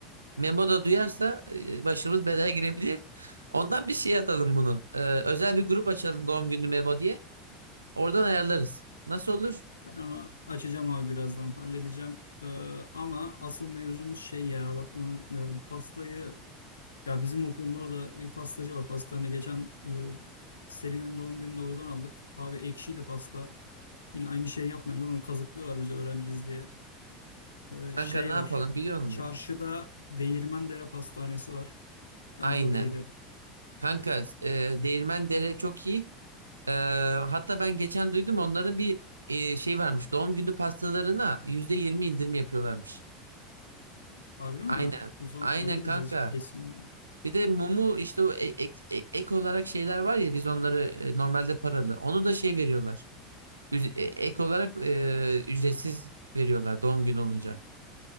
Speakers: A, on the right; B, on the left.
A: Memo da duyarsa e, başımız belaya girebilir. Ondan bir şey atalım bunu. E, özel bir grup açalım doğum günü Memo diye. Oradan ayarlarız. Nasıl olur?
B: Ben onu açacağım abi birazdan halledeceğim. Ee, ama asıl mevzumuz şey ya bak onu unutmayalım. Pastayı ya bizim okulun orada bir pastacı var. Pastanı geçen e, Selin'in doğum gününde oradan aldık. Abi ekşiydi pasta. Yine aynı şeyi yapmıyoruz ama kazıklıyorlar bizi öğrenciyiz diye. Ee,
A: Kanka
B: şey
A: ne yapalım
B: var.
A: biliyor musun?
B: Çarşıda Değirmendere Pastanesi var. Bence
A: Aynen.
B: oraya gidelim.
A: Kanka e, Değirmen Dere çok iyi. Ee, hatta ben geçen duydum onların bir e, şey varmış. Doğum günü pastalarına %20 indirim yapıyorlarmış.
B: Harbi mi?
A: Aynen.
B: O zaman
A: Aynen
B: onlara gideceğiz
A: kanka.
B: kesin.
A: Bir de mumu işte o e- ek, e- ek olarak şeyler var ya biz onları e, normalde paralı. Onu da şey veriyorlar. Üz- e- Ek olarak e, ücretsiz veriyorlar doğum günü olunca.